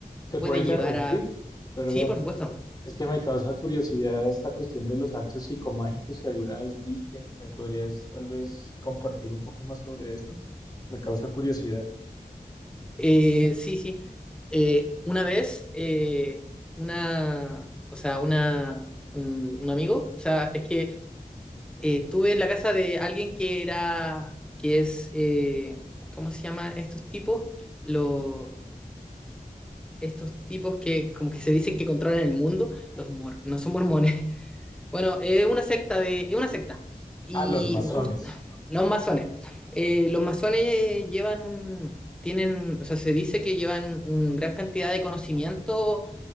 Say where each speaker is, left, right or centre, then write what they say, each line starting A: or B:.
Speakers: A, on the left (about 25°); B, in the centre.
A: te
B: puede
A: puedo interrumpir,
B: llegar a...
A: perdón.
B: Sí, por supuesto.
A: Es que me causa curiosidad esta cuestión de los actos psicomágicos que alguna vez viste. ¿Me podrías tal vez compartir un poco más sobre eso? Me causa curiosidad.
B: Eh, sí, sí. Eh, una vez, eh, una, o sea, una, un, un amigo, o sea, es que eh, estuve en la casa de alguien que era, que es, eh, ¿cómo se llama estos tipos? Lo- estos tipos que como que se dicen que controlan el mundo, los mor- no son mormones. <laughs> Bueno, es una secta de, es una secta. Y
A: Ah, los masones.
B: jus- los masones. Eh, los masones llevan un, tienen, o sea, se dice que llevan una gran cantidad de conocimiento